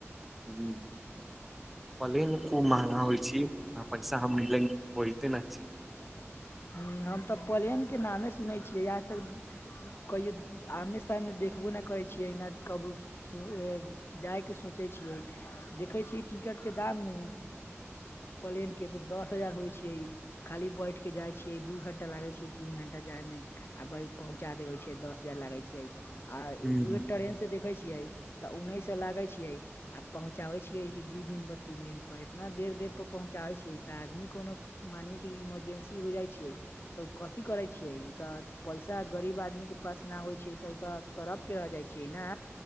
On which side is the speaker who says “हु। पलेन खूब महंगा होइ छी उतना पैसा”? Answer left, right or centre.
Centre